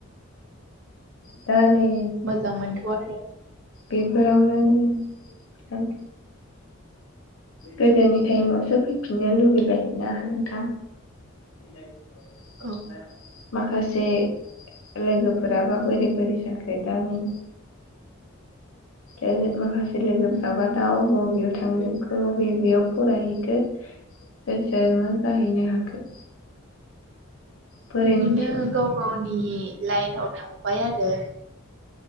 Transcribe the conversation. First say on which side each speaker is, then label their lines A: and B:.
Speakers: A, on the left; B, on the right.
A: दा नै
B: मोजां मोनथ'आ आरो
A: बेफोरावनो <inaudible> गोदोनि टाइमावसो फैफिननो लुबैबायोना नोंथां <inaudible>
B: औ
A: माखासे लोगोफोराबा बोरै बोरै जाखो दा नै <unintelligible> लोगोफ्राबा
B: उम
A: दा अ बबेयाव थांजोबखो अबे अबेयाव फरायहैखो सोर सोर मा जाहैनो हाखो बोरै
B: बिदिनो
A: मिथि
B: गाव गावनि नि लाइनाव थांबाय आरो